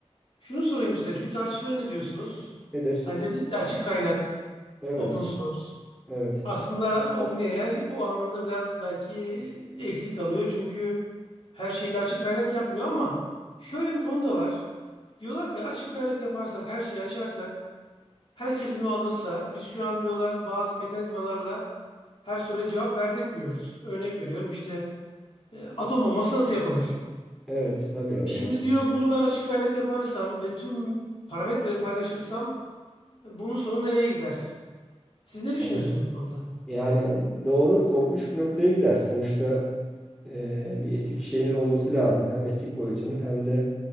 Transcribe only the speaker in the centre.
nedir?
Evet,
evet.
Evet tabii
yani.
Yani
yani doğru korkunç bir noktaya gider. Sonuçta e, bir etik şeyinin olması lazım. Hem etik boyutunun hem de